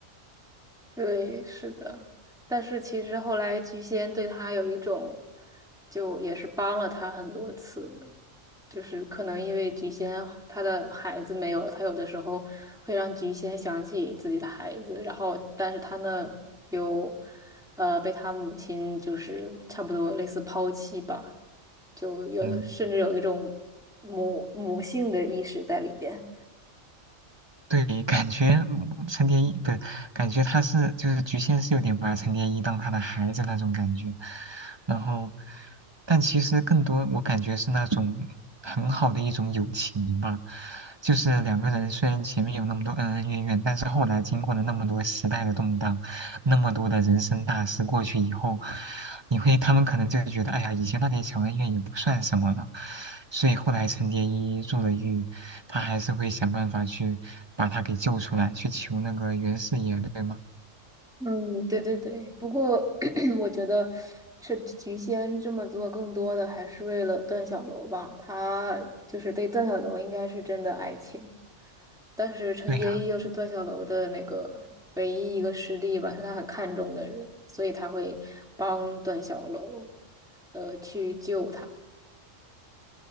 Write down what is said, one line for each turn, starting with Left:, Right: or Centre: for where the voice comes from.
Centre: 对，是的。但是其实后来菊仙对他有一种，就也是帮了他很多次，就是可能因为菊仙她的孩子没有了，她有的时候会让菊仙想起自己的孩子，然后但是她呢又呃被她母亲就是差不多类似抛弃吧，就有甚至有一种母母性的意识在里边。
Right: 嗯，对，感觉嗯陈蝶衣不是感觉他是就是菊仙是有点把陈蝶衣当他的孩子那种感觉，然后，但其实更多我感觉是那种很好的一种友情吧，就是两个人虽然前面有那么多恩恩怨怨，但是后来经过了那么多时代的动荡，那么多的人生大事过去以后，你会他们可能就觉得，哎呀，以前那点小恩怨也不算什么了，所以后来陈蝶衣入了狱，他还是会想办法去把他给救出来，去求那个袁四爷，对吗？
Centre: 嗯，对对对。不过 <clears throat> 我觉得这菊仙这么做，更多的还是为了段小楼吧。他就是对段小楼应该是真的爱情，但是陈蝶衣又是段小楼的那个唯一一个师弟吧，
Right: 对呀、
Centre: 是他很看重的人，所以他会帮段小楼，呃，去救他。